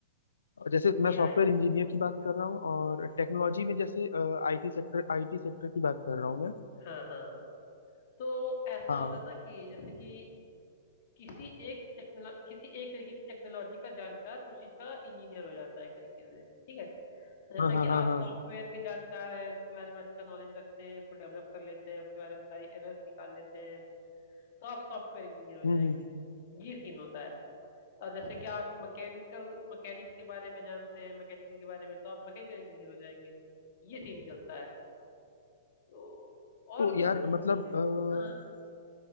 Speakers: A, on the left; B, on the left.
A: और जैसे मैं
B: एआई
A: सॉफ्टवेयर इंजीनियर की बात कर रहा हूँ और टेक्नोलॉजी में जैसे आईटी सेक्टर आईटी सेक्टर की बात कर रहा हूँ मैं
B: हाँ हाँ हाँ तो ऐसा
A: हाँ
B: होता है ना कि जैसे कि किसी एक टेक्नोलॉजी किसी एक तरीके की टेक्नोलॉजी का जानकार उस चीज का इंजीनियर हो जाता है एक तरीके से ठीक है जैसे
A: हाँ हाँ
B: कि
A: हाँ
B: आप
A: हाँ
B: सॉफ्टवेयर के जानकार हैं उसके बारे में अच्छा नॉलेज रखते हैं उसको डेवलप कर लेते हैं उसके बारे में सारी एरर्स निकाल लेते हैं तो आप सॉफ्टवेयर इंजीनियर हो
A: हम्म
B: जाएंगे
A: हम्म।
B: ये सीन होता है और जैसे कि आप मैकेनिकल मैकेनिक्स के बारे में जानते हैं मैकेनिकल के बारे में तो आप मैकेनिकल इंजीनियर हो जाएंगे ये सीन चलता है तो और
A: तो यार
B: मतलब कि
A: मतलब
B: ठीक है
A: अ,
B: हाँ